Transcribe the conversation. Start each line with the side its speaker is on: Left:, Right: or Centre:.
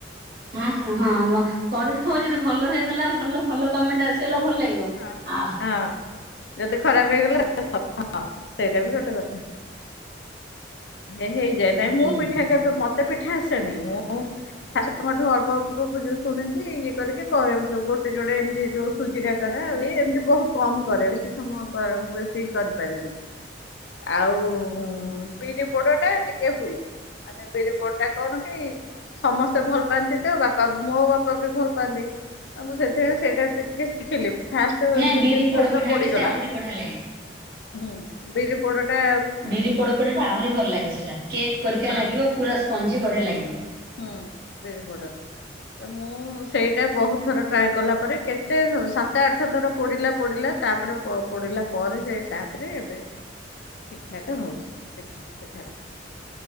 Right: ହଁ ହୁଁ ହଁ ନ କରିଥିବ ଯଦି ଭଲ ହେଇଗଲା ଭଲ ଭଲ କମେଣ୍ଟ ଆସିଗଲା ଭଲ ଲାଗିବ,
Left: ହଁ
Right: ଆ
Left: ହଁ ଯଦି ଖରାପ ହେଇଗଲା <unintelligible> ହଁ ସେଇଟା ବି ଗୋଟେ କଥା। ଏ ହେଇଯାଏ ନାଇଁ
Right: ହୁଁ
Left: ମୁଁ ପିଠା
Right: ହୁଁ
Left: କେବେ ମତେ ପିଠା ଆସେନି, ମୁଁ ଶାଶୁମାଠୁ ଅଳ୍ପ ଅଳ୍ପ ବ ଶୁଣିକି ଇଏ କରିକି କରେ ଯୋଉ ଗୋଟେ ଯୋଡ଼େ ଏମିତି ଯୋଉ ସୁଜି କାକରା ଆଉ ଇଏ ଏମିତି ବହୁତ କମ କରେ ବେଶୀ ସମୟ <unintelligible> ବେଶୀ କରିପାରେନି। ଆଉ ବିରି ପୋଡଟା ଟିକେ ହୁଏ। ମାନେ ବିରି ପୋଡଟା କଣ କି ସମସ୍ତେ ଭଲ ପାଆନ୍ତି ତ ବାପା ମୋ ବାପା ବି ଭଲ ପାଆନ୍ତି। ଆଉ ମୁଁ ସେଥିପାଇଁ ସେଇଟା ଟିକେ ଶିଖିଲି ଫାଷ୍ଟ
Right: ନାଇଁ
Left: ଦି
Right: ବିରି
Left: ତିନି
Right: ପୋଡ଼
Left: ଥର
Right: ପିଠା
Left: ପୋଡିଗଲା।
Right: ବି ସେ ଆହୁରି ବଢ଼ିଆ ଲାଗେ।
Left: ହୁଁ ବିରି ପୋଡ଼ଟା
Right: ବିରି ପୋଡ଼ ପିଠାଟା ଆହୁରି ଭଲ ଲାଗିବ ସେଇଟା, କେକ୍ ପରିକା
Left: ହଁ
Right: ଲାଗିବ ପୁରା ସ୍ପଞ୍ଜି ବଢ଼ିଆ ଲାଗିବ।
Left: ହୁଁ ବିରି ପୋଡ। ତ ମୁଁ ସେଇଟା ବହୁତ ଥର ଟ୍ରାଏ କଲା ପରେ, କେତେ ସାତ ଆଠ ଥର ପୋଡ଼ିଲା ପୋଡ଼ିଲା ତାପରେ ପ-ପୋଡ଼ିଲା ପରେ ଯାଇ ତାପରେ ଏବେ ଠିକ୍ ଠାକ୍ ହଉଛି। ପଠା ପିଠାଟା